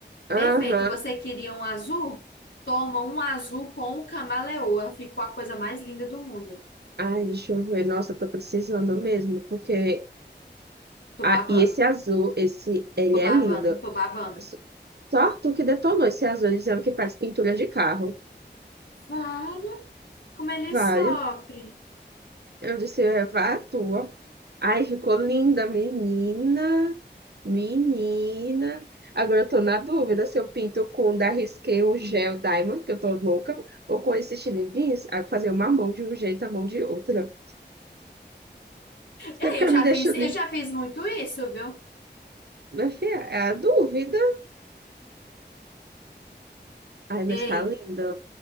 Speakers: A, on the right (about 65°); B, on the left (about 85°).
A: Aham.
B: Perfeito. Você queria um azul? Toma um azul com camaleoa. Ficou a coisa mais linda do mundo.
A: Ai, deixa eu ver. Nossa, eu tô precisando mesmo, porque.
B: Tô
A: Ah,
B: babando.
A: e esse azul, esse, ele
B: Tô babando.
A: é lindo.
B: Tô babando.
A: S- Só tu que detonou esse azul, dizendo que faz pintura de carro.
B: Vale. Como ele
A: Vale.
B: sofre.
A: Eu disse, é, vá à tua. Ai ficou linda, menina. Menina. Agora eu tô na dúvida se eu pinto com da Risqué o gel Diamond, que eu tô louca, ou com esse Chili Beans, aí fazer uma mão de um jeito, a mão de outra. Você
B: Ei,
A: ficar
B: eu já
A: me deixando.
B: fiz, eu
A: em-
B: já fiz muito isso, viu?
A: Minha filha, é a dúvida. Ai,
B: Ei,
A: mas tá linda.